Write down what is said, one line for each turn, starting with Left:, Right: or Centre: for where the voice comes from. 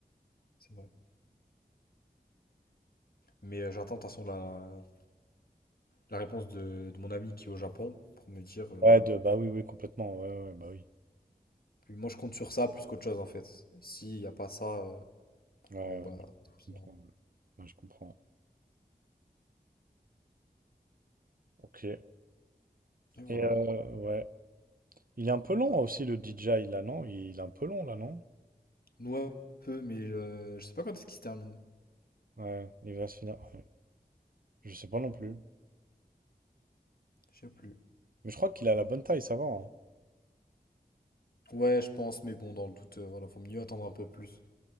Left: c'est vrai. Mais euh, j'attends, de toute façon, la, la réponse de, de mon ami qui est au Japon pour me dire. euh,
Right: Ouais, de, bah oui, oui, complètement. Ouais, ouais, ouais, bah oui.
Left: puis moi, je compte sur ça plus qu'autre chose, en fait. S'il n'y a pas ça, euh,
Right: Ouais,
Left: bon, bah,
Right: ouais,
Left: tant pis,
Right: je comprends.
Left: hein.
Right: Ouais, je comprends. Ok.
Left: Et voilà.
Right: Et euh, ouais. Il est un peu long aussi le DJI là, non? Il, il est un peu long là, non?
Left: Ouais, un peu, mais euh, je sais pas quand est-ce qu'il se termine.
Right: Ouais, il va se finir. ouais. Je sais pas non plus.
Left: Je sais plus.
Right: Mais je crois qu'il a la bonne taille, ça va. hein.
Left: Ouais, je pense, mais bon, dans le doute, euh, voilà, faut mieux attendre un peu plus